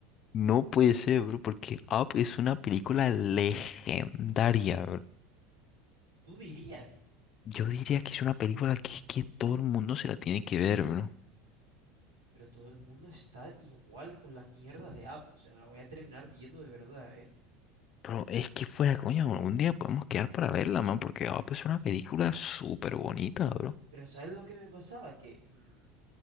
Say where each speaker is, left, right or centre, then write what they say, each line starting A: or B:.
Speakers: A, on the left; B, on the right.
A: No puede ser, bro, porque Up es una película legendaria, bro.
B: Tú dirías,
A: Yo diría que es una película que, que todo el mundo se la tiene que ver, bro.
B: pero todo el mundo está igual con la mierda de Up. O sea, me la voy a terminar viendo de verdad, ¿eh?
A: Pero es que fuera, coño, un día podemos quedar para verla, man, porque Up es una película súper bonita, bro.
B: Pero ¿sabes lo que me pasaba? Que mm,